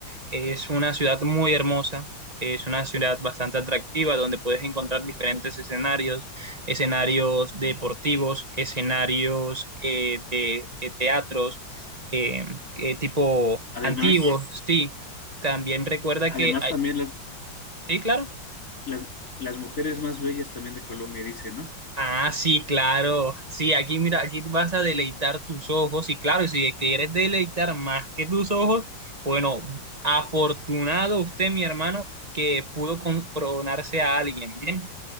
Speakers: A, on the right (about 25°); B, on the left (about 40°).
A: Es una ciudad muy hermosa, es una ciudad bastante atractiva donde puedes encontrar diferentes escenarios, escenarios deportivos, escenarios eh, de eh, teatros, eh, eh, tipo
B: Además.
A: antiguos, sí. También recuerda
B: Además,
A: que
B: también las,
A: Sí, claro.
B: las, las mujeres más bellas también de Colombia, dice, ¿no?
A: Ah, sí, claro. Sí, aquí mira, aquí vas a deleitar tus ojos. Y claro, si quieres deleitar más que tus ojos, bueno, afortunado usted, mi hermano, que pudo coronarse a alguien. Bien.